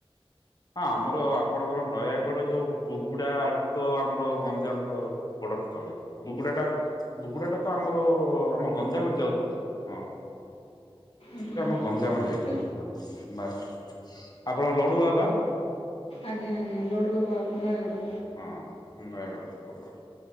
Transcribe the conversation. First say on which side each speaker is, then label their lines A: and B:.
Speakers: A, on the left; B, on the left.
A: ହଁ ଆମର ଆପଣଙ୍କର ନୟାଗଡ ଯୋଉ ବୁଗୁଡା ତ ଆମର ଗଞ୍ଜାମ ର ବଡର ତଳି ବୁଗୁଡାଟା ବୁଗୁଡାଟା ତ ଆମର ଆମର ଗଞ୍ଜାମରେ ଯାଉଚି ତ ହଁ।
B: ଆଜ୍ଞା
A: ବୁଗୁଡା ଆମ ଗଞ୍ଜାମରେ ଯାଇଥାଏ।
B: ମୁଁ
A: ହଁ ବାସ ଆପଣଙ୍କ ଲଡୁବାବା
B: ଆଜ୍ଞା ଆଜ୍ଞା ଲଡ଼ୁବାବା ଅଫ ନୟାଗଡ଼।
A: ହଁ ନୟାଗଡ଼।